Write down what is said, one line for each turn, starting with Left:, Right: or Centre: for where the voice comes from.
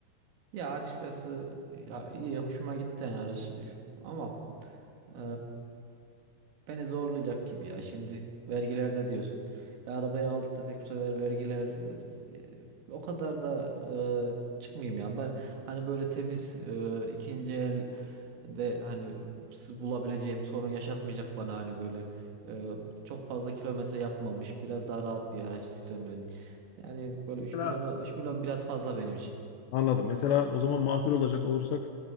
Right: Ya açıkçası ya iyi hoşuma gitti yani araç ama eee, beni zorlayacak gibi ya şimdi vergilerde diyorsun ya arabayı aldık desek bu sefer vergiler e, s- e, o kadar da eee, çıkmayayım ya ben hani böyle temiz eee, ikinci el de hani s- bulabileceğim sorun yaşatmayacak bana hani böyle eee, çok fazla kilometre yapmamış biraz daha rahat bir araç istiyorum yani yani böyle
Left: Mesela
Right: 3 milyona 3 milyon biraz fazla benim için.
Left: Anladım. Mesela o zaman makul olacak olursak